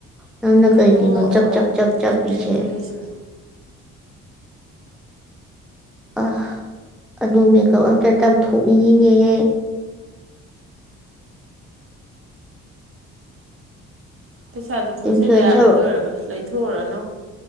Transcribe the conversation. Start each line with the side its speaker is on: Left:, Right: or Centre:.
Centre: ꯅꯪꯅ
Right: ꯀꯩꯅꯣ
Centre: ꯀꯩꯒꯤꯅꯣ ꯆꯞ
Right: ꯇꯧꯔꯣ
Centre: ꯆꯞ ꯆꯞ ꯆꯞ
Right: ꯀꯟꯇꯦꯟ
Centre: ꯄꯤꯁꯦ
Right: ꯀ꯭ꯔꯤꯌꯦꯁꯟ
Centre: ꯑ ꯑꯗꯨ ꯃꯦꯀꯞ ꯑꯝꯇ ꯇꯝꯊꯣꯛꯅꯤꯡꯉꯤꯅꯦꯍꯦ
Right: ꯄꯩꯁꯥꯗꯣ ꯇꯨꯡꯁꯤꯜꯂꯦ
Centre: ꯏꯟꯐ꯭ꯂꯨꯌꯦꯟꯁꯔ
Right: ꯌꯥꯔꯦ ꯑꯗꯨꯑꯣꯏꯔꯒ ꯂꯩꯊꯣꯛꯎꯔꯅꯨ